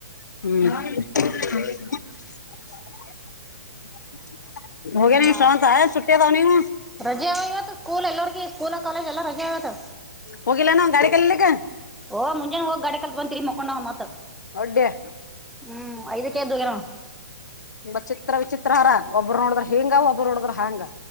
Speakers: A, on the left (about 85°); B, in the centre.
A: ಹ್ಮ್ ಹೋಗ್ಯಾನ
B: ಹ
A: ಇವ್ ಶ್ರವಂತ ಸುಟ್ಟಿ ಅದಾವ್ ನೀವು
B: ರಜೆ ಇವತ್ತು ಸ್ಕೂಲ್ ಎಲ್ಲರ್ಗ <unintelligible> ಹಾಗ ಸ್ಕೂಲ ಕಾಲೇಜ್ ಎಲ್ಲಾ ರಜೆ ಇವತ್ತು
A: ಹೋಗಿಲ್ಲನು ಗಾಡಿ ಕಲೀಲಿಕ್ಕ
B: ಓ ಮುಂಜನೆ ಹೋಗಿ ಗಡಿ ಕಲ್ತ್ ಬಂತತ್ರಿ ಮುಕೊಂಡ್ ಮತ್ತ್
A: ಒಡ್ಡೆ <unintelligible>
B: ಹ್ಮ್ ಐದಕ್ಕೆ ಎದ್ದು <unintelligible>
A: ತುಂಬಾ <unintelligible> ಚಿತ್ರ ವಿಚಿತ್ರ ಹರ ಒಬ್ಬರು ನೋಡಿದ್ರ ಹಿಂಗ ಒಬ್ಬರು ನೋಡಿದ್ರ ಹಾಂಗ